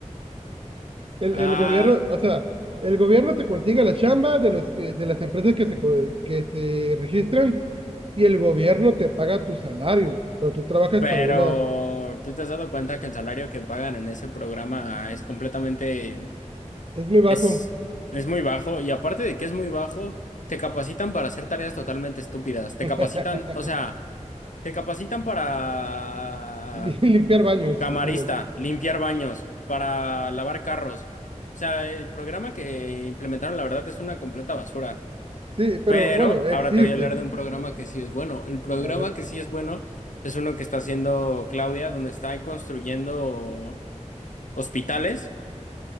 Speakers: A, on the right; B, on the left.
A: El,
B: Ah,
A: el gobierno, o sea, el gobierno te consigue la chamba de los que- de las empresas que se, co- que se registran y el gobierno te paga tu salario, pero tú trabajas
B: pero
A: para una,
B: ¿tú te has dado cuenta que el salario que pagan en ese programa es completamente
A: es muy bajo.
B: Es, es muy bajo y aparte de que es muy bajo, te capacitan para hacer tareas totalmente estúpidas. Te
A: <laughs>
B: capacitan, o sea, te capacitan para
A: Ni Limpiar baños,
B: camarista,
A: Simón.
B: limpiar baños, para lavar carros. O sea, el programa que implementaron, la verdad, es una completa basura.
A: Sí, pero
B: Pero
A: bueno, existe.
B: ahora te voy a hablar de un programa que sí es bueno. El programa
A: A ver,
B: que sí es bueno es uno que está haciendo Claudia, donde está construyendo hospitales.